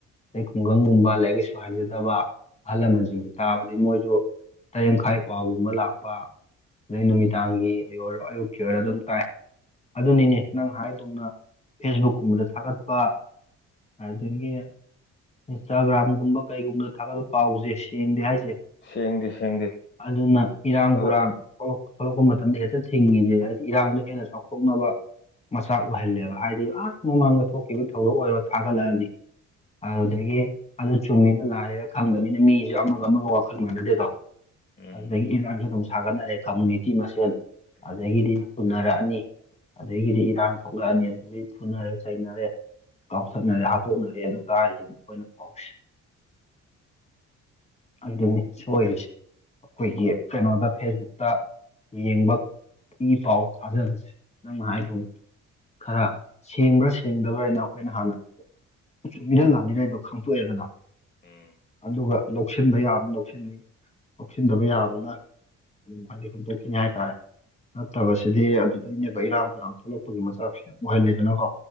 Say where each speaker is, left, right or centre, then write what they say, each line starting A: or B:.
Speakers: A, on the left; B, on the left.
A: ꯑꯇꯩ ꯈꯨꯡꯒꯪꯒꯨꯝꯕ ꯂꯥꯏꯔꯤꯛ ꯂꯥꯏꯁꯨ ꯍꯩꯖꯗꯕ ꯑꯍꯜ ꯂꯃꯟꯁꯤꯡꯗꯨ ꯇꯥꯕꯗꯤ ꯃꯣꯏꯁꯨ ꯇꯔꯦꯠ ꯃꯈꯥꯏ ꯄꯥꯎꯒꯨꯝꯕ ꯂꯥꯛꯄ ꯑꯗꯩ ꯅꯨꯃꯤꯗꯥꯡꯒꯤ ꯑꯣꯏꯔ ꯑꯌꯨꯛꯀꯤ ꯑꯣꯏꯔꯣ ꯑꯗꯨꯝ ꯇꯥꯏ ꯑꯗꯨꯅꯤꯅꯦ ꯅꯪ ꯍꯥꯏꯗꯧꯅ ꯐꯦꯁꯕꯨꯛꯀꯨꯝꯕꯗ ꯊꯥꯒꯠꯄ ꯑꯗꯒꯤ ꯏꯟꯁꯇꯥꯒ꯭ꯔꯥꯝꯒꯨꯝꯕ ꯀꯩꯒꯨꯝꯕꯗ ꯊꯥꯒꯠꯂꯄ ꯄꯥꯎꯁꯦ ꯁꯦꯡꯗꯦ ꯍꯥꯏꯁꯦ
B: ꯁꯦꯡꯗꯤ ꯁꯦꯡꯗꯦ
A: ꯑꯗꯨꯅ ꯏꯔꯥꯡ
B: ꯑꯗꯣ
A: ꯄꯨꯔꯥꯡ ꯊꯣꯛꯂꯛꯄ ꯃꯇꯝꯗ ꯍꯦꯛꯇ ꯊꯤꯡꯉꯤꯁꯦ ꯍꯥꯏꯗꯤ ꯏꯔꯥꯡꯗꯣ ꯍꯦꯟꯅ ꯆꯥꯎꯊꯣꯛꯅꯕ ꯃꯆꯥꯛ ꯑꯣꯏꯍꯜꯂꯦꯕ ꯍꯥꯏꯗꯤ ꯑ ꯃꯃꯥꯡꯗ ꯊꯣꯛꯈꯤꯕ ꯊꯧꯗꯣꯛ ꯑꯣꯏꯔꯣ ꯊꯥꯒꯠꯂꯛꯑꯅꯤ ꯑꯗꯨꯗꯒꯤ ꯑꯗꯨ ꯆꯨꯝꯃꯤꯅ ꯂꯥꯅꯤꯒ ꯈꯪꯗꯅꯤꯅ ꯃꯤꯁꯨ ꯑꯃꯒ ꯑꯃꯒ ꯋꯥꯈꯜ ꯃꯥꯟꯅꯗꯦꯗꯣ
B: ꯎꯝ
A: ꯑꯗꯨꯗꯒꯤ ꯏꯔꯥꯡꯁꯨ ꯑꯗꯨꯝ ꯁꯥꯒꯠꯅꯔꯦ ꯀꯝꯃꯨꯅꯤꯇꯤ ꯃꯁꯦꯟ ꯑꯗꯨꯗꯒꯤꯗꯤ ꯍꯨꯟꯅꯔꯛꯑꯅꯤ ꯑꯗꯨꯗꯒꯤꯗꯤ ꯏꯔꯥꯡ ꯊꯣꯛꯂꯛꯑꯅꯤ ꯑꯗꯨꯗꯒꯤ ꯊꯨꯅꯔꯦ ꯆꯩꯅꯔꯦ ꯀꯥꯎꯊꯠꯅꯔꯦ ꯍꯥꯠꯇꯣꯛꯅꯔꯦ ꯑꯗꯨꯅ ꯇꯥꯔꯤꯁꯤ ꯃꯈꯣꯌ ꯄꯥꯎꯁꯦ ꯑꯗꯨꯅꯤ ꯁ ꯑꯣꯏꯔꯤꯁꯦ ꯑꯩꯈꯣꯏꯒꯤ ꯀꯩꯅꯣꯗ ꯐꯦꯁꯕꯨꯛꯇ ꯌꯦꯡꯕ ꯏ ꯄꯥꯎ ꯊꯥꯖꯕꯁꯦ ꯅꯪꯅ ꯍꯥꯏꯗ ꯈꯔ ꯁꯦꯡꯕ꯭ꯔꯥ ꯁꯦꯡꯗꯕ꯭ꯔꯅ ꯑꯩꯈꯣꯏꯅ ꯍꯥꯟꯅ ꯆꯨꯝꯃꯤꯗ ꯂꯥꯅꯤꯔ ꯍꯥꯏꯗꯣ ꯈꯪꯇꯣꯛꯑꯦꯗꯅ
B: ꯎꯝ
A: ꯑꯗꯨꯒ ꯂꯧꯁꯤꯟꯕ ꯌꯥꯝ ꯂꯧꯁꯤꯟꯅꯤ ꯂꯧꯁꯤꯟꯗꯕ ꯌꯥꯕꯅ ꯑꯗꯨꯝ ꯍꯥꯏꯗꯤ ꯍꯨꯟꯗꯣꯛꯈꯤꯅꯤ ꯍꯥꯏꯇꯥꯔꯦ ꯅꯠꯇꯕꯁꯤꯗꯤ ꯑꯗꯨ ꯂꯩꯅꯦꯕ ꯏꯔꯥꯡ ꯄꯣꯏꯔꯥꯡ ꯊꯣꯛꯂꯛꯄꯒꯤ ꯃꯆꯥꯛꯁꯨ ꯌꯥꯝ ꯑꯣꯏꯍꯜꯂꯤꯦꯗꯅꯀꯣ